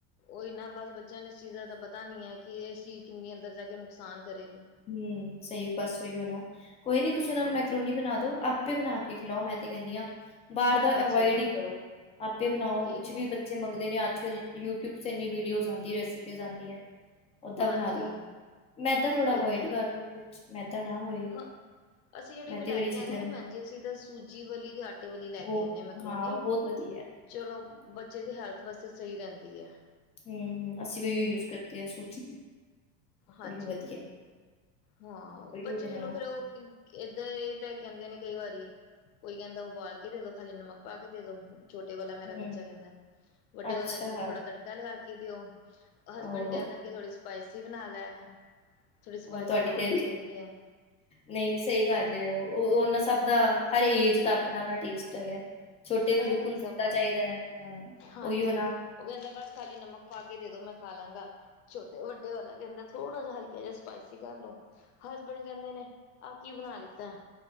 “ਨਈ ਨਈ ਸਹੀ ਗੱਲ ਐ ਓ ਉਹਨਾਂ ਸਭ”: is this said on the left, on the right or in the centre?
Left